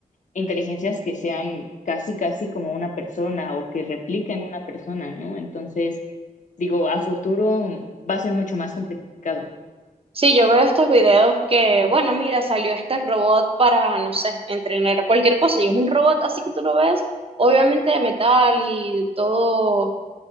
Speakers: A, on the left; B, on the right.
A: inteligencias que sean casi, casi como una persona o que repliquen una persona, ¿no? Entonces, digo, a futuro va a ser mucho más complicado.
B: Sí, yo veo estos videos que, bueno, mira, salió este robot para, no sé, entrenar cualquier cosa y es un robot así que tú lo ves, obviamente de metal y todo